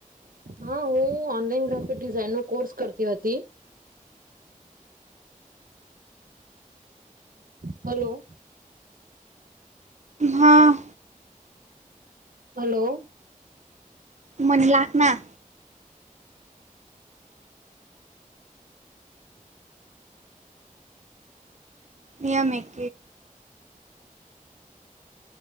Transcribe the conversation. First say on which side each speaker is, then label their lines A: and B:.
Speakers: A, on the right; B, on the right.
A: હા, હું ઓનલાઈન ગ્રાફિક ડિઝાઇન નો કોર્સ કરતી હતી. હલો.
B: હા.
A: હલો.
B: મને લખ ના. નિયમ એક.